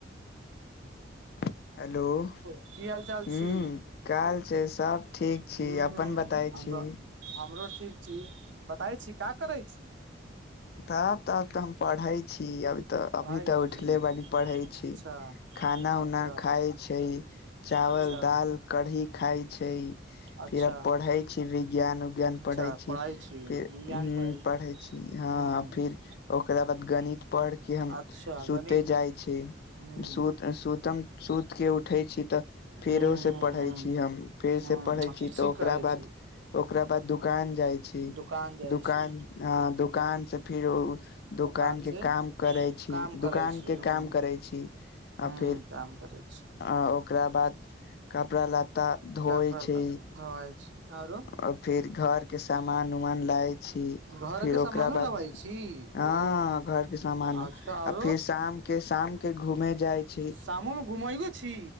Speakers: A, on the left; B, on the right.
A: <inaudible> Hello हूँ
B: की हाल चाल छी
A: काल छै सब ठीक
B: हूँ
A: छी अपन बतै
B: हमरो
A: छी
B: हमरो ठीक छी बताबे छी का करै छी
A: तब तब तऽ हम पढ़ै छी अभ तऽ
B: पढ़ाइ
A: अभी तऽ
B: छी
A: उठले बनी पढ़ै छी
B: अच्छा
A: खाना
B: अच्छा
A: उना खाय छै चावल
B: अच्छा
A: दाल कढ़ी खाय छै
B: अच्छा
A: फिर अब पढ़े छी विज्ञान उज्ञान
B: अच्छा
A: पढ़े छी
B: पढ़ै विज्ञान
A: फिर
B: पढ़ै
A: पढ़े छी हँ
B: हूँ
A: फिर ओकरा बाद गणित पढ़ के हम
B: अच्छा
A: सुते
B: गणित
A: जाइ छि
B: हूँ
A: सुत सुतम सुत के उठै छि तऽ फेरो
B: हूँ
A: से
B: हूँ
A: पढ़ै
B: हूँ
A: छि हम फेर
B: हूँ
A: से पढ़ै छि
B: ठीक
A: तऽ ओकरा
B: कहै
A: बाद
B: छी हूँ
A: ओकरा बाद दुकान जाय छी
B: दुकान जाइ
A: दुकान
B: छी
A: दुकान से फिरो दोकान
B: दुकान
A: के
B: से
A: काम करै छी
B: काम
A: दुोकान
B: करै छी
A: के
B: हूँ
A: काम करै छी आ
B: हूँ
A: फेर
B: काम करै छी
A: आ ओकरा बाद कपड़ा लत्ता धोइ
B: कपड़ा ल
A: छी
B: धोआइ आरो
A: आ फिर घर के सामान उमान लाय छी
B: घर
A: फिर
B: के
A: ओकरा
B: सामानो
A: बाद
B: लबै छी
A: हँ
B: ओ
A: घरके समान सान
B: अच्छा आरो
A: आ फेर शाम के शाम के घूमेै जाइ छी
B: शामो मे घुमैयो छी